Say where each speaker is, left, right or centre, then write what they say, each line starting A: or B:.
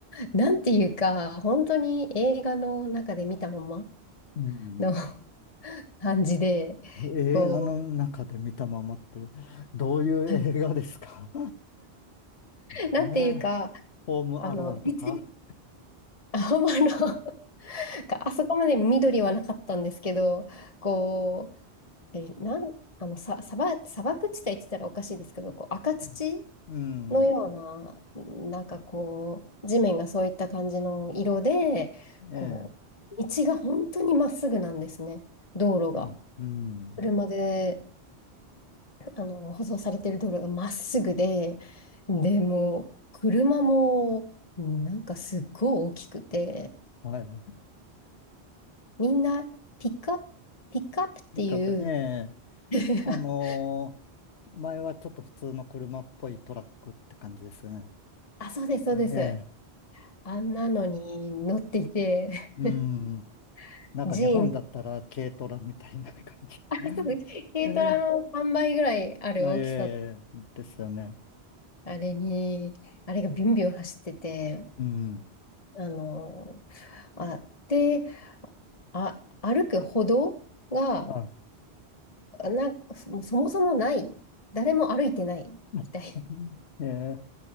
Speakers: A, on the left (about 35°); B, on the left (about 70°).
A: なんていうか、本当に映画の中で見たまま
B: うん。
A: の <laughs> 感じで、
B: え映画の中で見たままって、
A: こう、
B: どういう映画ですか
A: はい、
B: <laughs> ねえ、
A: なんていうか、
B: ホームアローンとか。
A: あの、別にあ、<laughs> ほんまのなんかあそこまで緑はなかったんですけど、こう、え、なん、あの、さ、砂漠、砂漠地帯って言ったらおかしいですけど、こう赤土
B: うん。うん。
A: のような、うんなんかこう、地面がそういった感じの色で、
B: ええ、
A: こう、道が本当にまっすぐなんですね、道路が。
B: うん。うん。
A: 車で、あの、舗装されてる道路がまっすぐで、でもう、車も、なんかすっごい大きくて、
B: は
A: みんな、ピックアップピックアップっていう
B: い。いかと、ええ、
A: <laughs>
B: あのー前はちょっと普通の車っぽいトラックって感じですね。
A: あ、そうです、そうです。
B: ええ。
A: あんなのに乗っていて、
B: うん。
A: <laughs>
B: なんか日本だったら軽トラみたいな感じ。
A: ジーン、<laughs> あ、そうです軽トラの3倍ぐらいある大きさの、
B: <laughs> えー、あえー、ですよね。
A: あれに、あれがビュンビュン走ってて、
B: うん。
A: あの、あ、で、あ、歩く歩道が、
B: はい。
A: な、そそもそもない、誰も歩いてないみたい
B: <laughs> え